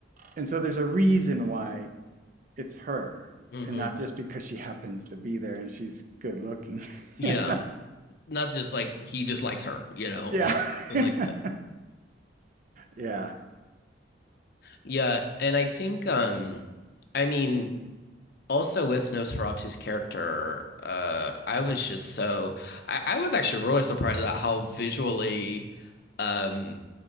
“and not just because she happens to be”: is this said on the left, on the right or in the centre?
Right